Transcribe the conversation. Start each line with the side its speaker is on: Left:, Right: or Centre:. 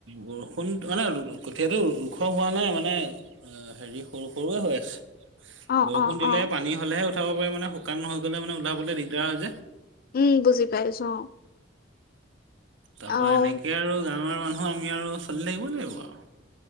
Right: বৰষুণ, মানে কঠিঁয়াতটো ওখ হোৱা নাই মানে অ', হেৰি। সৰু সৰুৱে হৈ আছে।
Left: অ',
Right: বৰষুণ
Left: অ',
Right: দিলে
Left: অ',
Right: পানী হলেহে উঠাব পাৰে, মানে শুকান হৈ গ'লে মানে ওলাবলৈ দিগদাৰ হৈ যায়।
Left: উম বুজি পাইছো অ।
Right: তাৰ
Left: আও
Right: পাৰা এনেকে আৰু, গাঁৱৰ মানুহ আমি আৰু চলি থাকিব লাগিব আৰু।